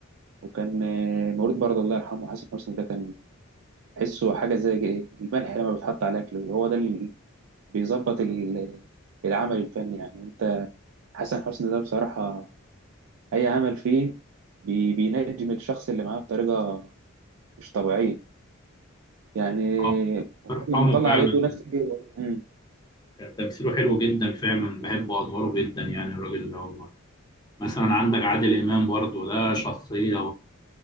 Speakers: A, on the right (about 75°); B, on the left (about 20°).
A: وكان آه، مولود برضه الله يرحمه حسن حسني ده كان تحسه حاجة زي الملح لما بيتحط على الأكل هو ده اللي بيظبط ال- العمل الفني يعني أنت حسن حسني ده بصراحة أي عمل فيه بي- بينجم الشخص اللي معاه بطريقة مش طبيعية يعني
B: آه، ارحمه
A: مطلع
B: فعلا
A: على إيده ناس كتير مم.
B: كان تمثيله حلو جدا فعلا بحب أدواره جدا يعني الراجل ده والله مثلا عندك عادل إمام برضو ده شخصية